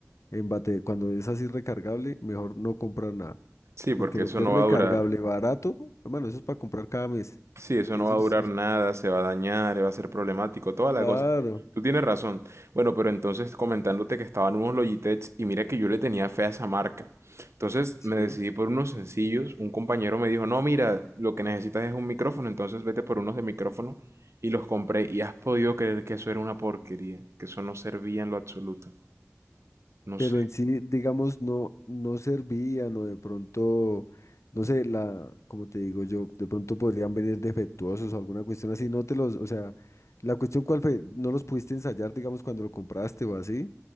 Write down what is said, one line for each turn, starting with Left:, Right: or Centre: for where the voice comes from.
Left: en bate, cuando es así recargable, mejor no comprar nada,
Right: Sí, porque
Left: porque lo
Right: eso
Left: que
Right: no
Left: es recargable
Right: va a durar.
Left: barato, hermano, eso es para comprar cada mes,
Right: Sí, eso
Left: eso
Right: no va a
Left: es,
Right: durar
Left: es-
Right: nada, se va a dañar, va a ser problemático, toda
Left: claro,
Right: la cosa. Tú tienes razón. Bueno, pero entonces comentándote que estaban unos Logitech y mira que yo le tenía fe a esa marca. Entonces
Left: sí,
Right: me decidí por unos sencillos. Un compañero me dijo, no, mira, lo que necesitas es un micrófono, entonces vete por unos de micrófono. Y los compré y has podido creer que eso era una porquería, que eso no servía en lo absoluto. No
Left: pero
Right: sé.
Left: en sí, digamos, no, no servían o de pronto, no sé, la, como te digo yo, de pronto podrían venir defectuosos o alguna cuestión así, no te los, o sea, la cuestión cuál fue, no los pudiste ensayar, digamos, cuando lo compraste o así,